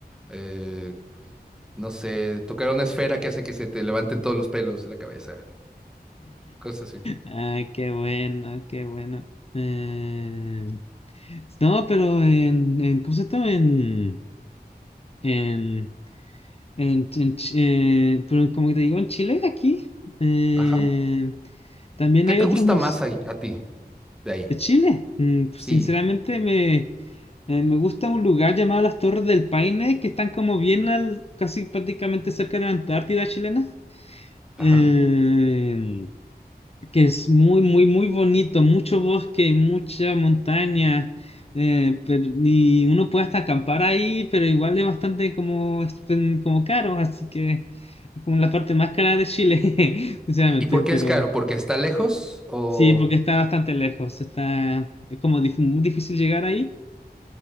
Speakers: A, in the centre; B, on the left.
A: eh, no sé, tocar una esfera que hace que se te levanten todos los pelos de la cabeza, cosas así.
B: Ay, qué bueno, qué bueno. Eh, No, pero en, en ¿cómo se llama? En, en, en, en Ch- eh, pero como te digo, en Chile, aquí, eh,
A: Ajá.
B: también
A: ¿Qué
B: hay
A: te
B: otros
A: gusta
B: museos
A: más ahí- a ti de ahí?
B: de Chile. Mm, pues,
A: Sí.
B: sinceramente, me, eh, me gusta un lugar llamado las Torres del Paine, que están como bien al, casi prácticamente cerca de la Antártida chilena.
A: Ajá.
B: Eh, que es muy, muy, muy bonito, mucho bosque, mucha montaña, eh, pero- y uno puede hasta acampar ahí, pero igual es bastante como, espen- como caro, así que es como la parte más cara de Chile, <laughs> sinceramente,
A: ¿Y por qué
B: pero
A: es caro? ¿Porque está lejos o...
B: sí, porque está bastante lejos, está, es como dif- muy difícil llegar ahí.